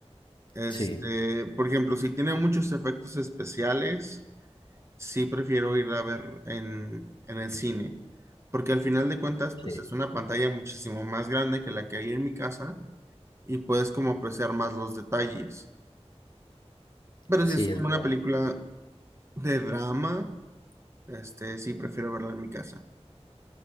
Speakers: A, on the right; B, on the left.
A: Este,
B: Sí,
A: por ejemplo, si tiene muchos efectos especiales. sí prefiero ir a ver en, en el cine, porque al final de cuentas, pues
B: sí,
A: es una pantalla muchísimo más grande que la que hay en mi casa y puedes como apreciar más los detalles. Pero
B: sí,
A: si es como
B: es verdad.
A: una película de drama, este, sí prefiero verla en mi casa.